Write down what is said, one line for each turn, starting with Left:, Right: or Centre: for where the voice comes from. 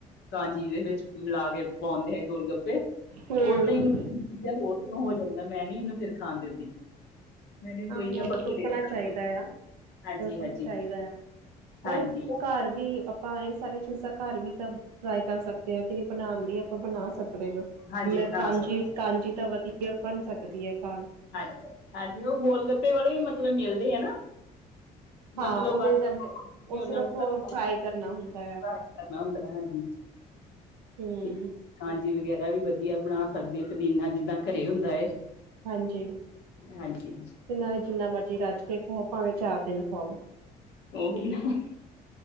Left: ਕਾਂਜੀ ਦੇ ਵਿੱਚ ਮਿਲਾ ਕੇ ਪਾਉਂਦੇ ਹੈ ਗੋਲ ਗੱਪੇ
Right: ਹੂੰ।
Left: ਓਦਾਂ ਹੀ ਮ ਹੋਰ ਤਰ੍ਹਾਂ ਹੋ ਜਾਂਦਾ ਮੈਂ ਨੀ ਇਹਨੂੰ ਫੇਰ ਖਾਣ ਦਿੰਦੀ ਮੈਂ ਕਿਹਾ ਕੋਈ
Right: ਆਹੋ
Left: ਨੀ ਆਪਾਂ ਘਰੇ
Right: ਰੋਕਣਾ
Left: ਬਣਾ
Right: ਚਾਹੀਦਾ
Left: ਸਕਦੇ
Right: ਆ,
Left: ਹਾਂਜੀ
Right: ਰੋਕਣਾ
Left: ਹਾਂਜੀ
Right: ਚਾਹੀਦਾ ਆ
Left: ਹਾਂਜੀ
Right: ਉਹ ਘਰ ਵੀ ਅ ਆਪਾਂ ਇਹ ਸਾਰੀਆਂ ਚੀਜ਼ਾਂ ਘਰ ਵੀ ਤਾਂ, ਟਰਾਈ ਕਰ ਸਕਦੇ ਹਾਂ ਕਿ ਬਣਾਣ ਦੀ ਆ ਆਪਾਂ ਬਣਾ ਸਕਦੇ ਹਾਂ
Left: ਹਾਂਜੀ
Right: ਮੈਂ
Left: ਬਣਾ
Right: ਕਾਂਜੀ,
Left: ਸਕਦੇ
Right: ਕਾਂਜੀ ਤਾਂ ਵਧੀਆ, ਬਣ ਸਕਦੀ ਹੈ ਘਰ
Left: ਹਾਂਜੀ, ਹਾਂਜੀ। ਉਹ ਗੋਲ ਗੱਪੇ ਵਾਲੇ ਵੀ ਮਤਲਬ ਮਿਲਦੇ ਹੈ ਨਾ।
Right: ਹਾਂ
Left: ਮਤਲਬ
Right: ਉਹ
Left: ਬਸ
Right: ਮਿਲ ਜਾਂਦੇ।
Left: ਆਪ
Right: ਉਹ ਸਿਰਫ
Left: ਉਹਨਾਂ ਨੂੰ ਪਤਾ
Right: ਫਰਾਈ ਕਰਨਾ ਹੁੰਦਾ ਆ।
Left: ਕਰਨਾ ਹੁੰਦੇ, ਹਾਂਜੀ।
Right: ਹਮ।
Left: ਤੇ ਕਾਂਜੀ, ਵਗੈਰਾ ਵੀ ਵਧੀਆ ਬਣਾ ਸਕਦੇ ਪੁਦੀਨਾ ਜਿੱਦਾਂ ਘਰੇ ਹੁੰਦੇ ਏ।
Right: ਹਾਂਜੀ
Left: ਹਾਂਜੀ
Right: ਤੇ ਨਾਲੇ ਜਿੰਨਾ ਮਰਜ਼ੀ ਰਜ ਕੇ ਖਾਓ ਭਾਵੇਂ ਚਾਰ ਦਿਨ ਖਾਓ
Left: ਉਹੀ ਨਾ।